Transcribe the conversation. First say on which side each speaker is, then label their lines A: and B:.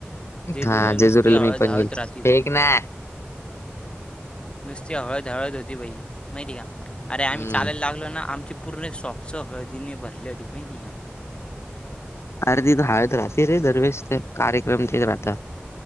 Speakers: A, on the left (about 25°); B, on the left (about 80°).
A: जेजुरीला
B: हां,
A: नुसती हळंद
B: मी पण
A: हळंद
B: गेलो.
A: राहती बघं.
B: फेक ना.
A: नुस्ती हळंद हळंद होती बाई माहिती कां अरे आम्हीं
B: हं.
A: चालायंला लागलो नां आमची पूर्ण सॉक्स हळदीने भरले होते माहीतीय आहे कां
B: अरे तिथे हळंद राहते रे दरवेळेस तीथे कार्यक्रम तेचं राहतात